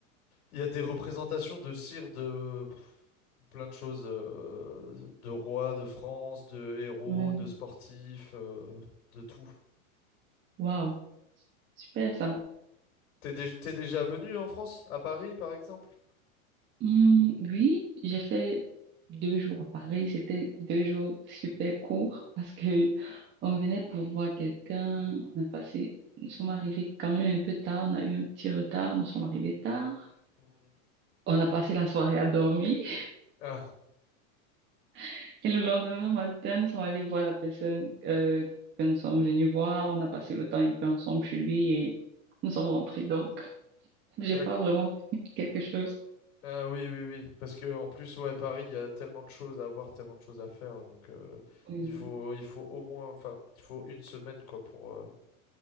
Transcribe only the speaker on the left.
il y a des représentations de cire de pff, plein de choses, euh, de rois, de France, de héros,
de sportifs, euh, de tout.
T'es dé- t'es déjà venu en France, à Paris, par exemple?
Mhm.
Ah,
d'accord.
Ah oui, oui, oui. Parce que en plus, ouais, Paris, il y a tellement de choses à voir, tellement de choses à faire. Donc, euh,
il faut, il faut au moins, enfin, il faut une semaine, quoi, pour, euh,